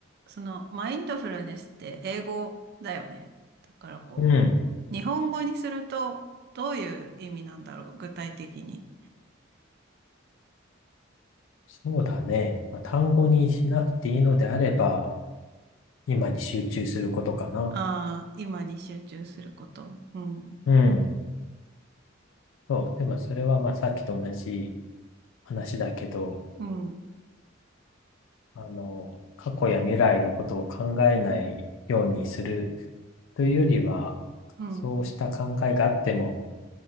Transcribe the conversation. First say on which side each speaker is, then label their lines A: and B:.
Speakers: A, on the right (about 50°); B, on the left (about 70°).
A: その、マインドフルネスって英語だよね。だからこ
B: うん。
A: う、日本語にすると、どういう意味なんだろう、具体的に。
B: そうだね。まあ、単語にしなくていいのであれば、今に集中することかな。
A: ああ、今に集中すること。うん、
B: うん。そう。でもそれはまあさっきと同じ話だけど、
A: うん、
B: あの、過去や未来のことを考えないようにするというよりは、
A: うん、
B: そうした考えがあっても、